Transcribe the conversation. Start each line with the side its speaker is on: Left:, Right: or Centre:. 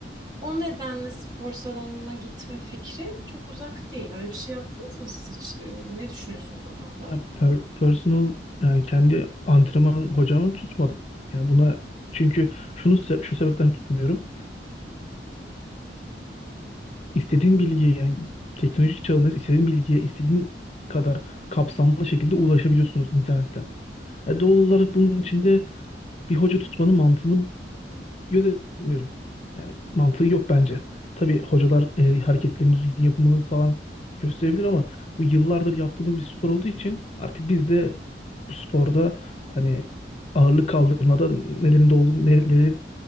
Right: O nedenle spor salonuna gitme fikri çok uzak değil. Öyle bir şey yaptınız mı siz hiç? Ee, Ne düşünüyorsunuz o konuda?
Left: Ya per- personal yani kendi antrenman hocamı tutmadım. Yani buna çünkü şunu se- şu sebepten tutmuyorum. İstediğin bilgiye yani teknoloji çağında istediğin bilgiye istediğin kadar kapsamlı şekilde ulaşabiliyorsunuz internetten. E, doğal olarak bunun içinde bir hoca tutmanın mantığını gözetmiyorum. Yani mantığı yok bence. Tabii hocalar e, hareketlerin düzgün yapımını falan gösterebilir ama bu yıllardır yaptığımız bir spor olduğu için artık biz de bu sporda hani ağırlık kaldırmada nelerin doğru, neler,